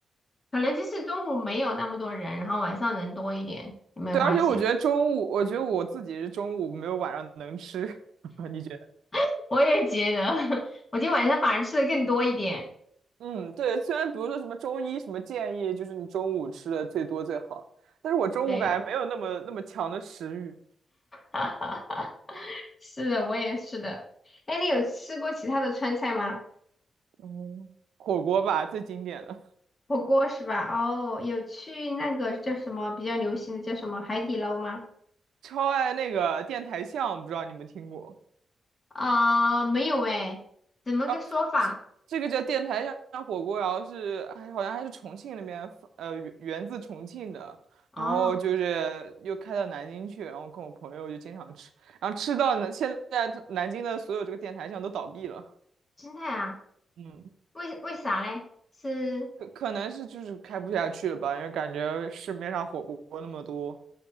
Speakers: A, on the left (about 35°); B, on the right (about 85°).
A: 可能就是中午没有那么多人，然后晚上人多一点，有没有发现？
B: 对，而且我觉得中午，我觉得我自己是中午没有晚上能吃，<laughs> 你觉得？
A: <laughs> 我也觉得，<laughs> 我今天晚上反而吃的更多一点。
B: 嗯，对，虽然比如说什么中医什么建议，就是你中午吃的最多最好，但是我中午感觉没有那么那么强的食欲。
A: 对，<laughs> 是的，我也是的。哎，你有吃过其他的川菜吗？
B: 嗯，火锅吧，最经典的，
A: 火锅是吧？哦，有去那个叫什么比较流行的叫什么海底捞吗？
B: 超爱那个电台巷，不知道你们听过。
A: 啊、没有诶，怎么个说法？
B: 哦，这这个叫电台巷火锅，然后是还好像还是重庆那边发呃，源源自重庆的，
A: 哦，
B: 然后就是又开到南京去，然后跟我朋友就经常吃，然后吃到呢，现在南京的所有这个电台巷都倒闭了，
A: 心态啊，
B: 嗯，
A: 为为啥嘞？是，
B: 可可能是就是开不下去了吧，因为感觉市面上火锅那么多。